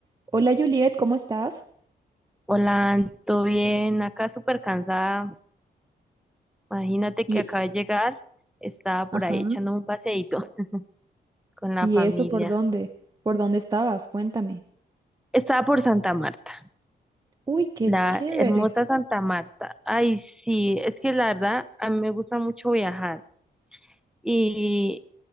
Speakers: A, on the right; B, in the centre.
A: Hola Juliet, ¿cómo estás?
B: Hola, ¿todo bien? Acá súper cansada. Imagínate
A: Y,
B: que acabé de llegar. Estaba por
A: ajá,
B: ahí echando un paseíto <laughs> con la
A: ¿y
B: familia.
A: eso por dónde? ¿Por dónde estabas? Cuéntame.
B: Estaba por Santa Marta,
A: Uy, qué
B: la
A: chévere.
B: hermosa Santa Marta. Ay, sí, es que la verdad a mí me gusta mucho viajar y,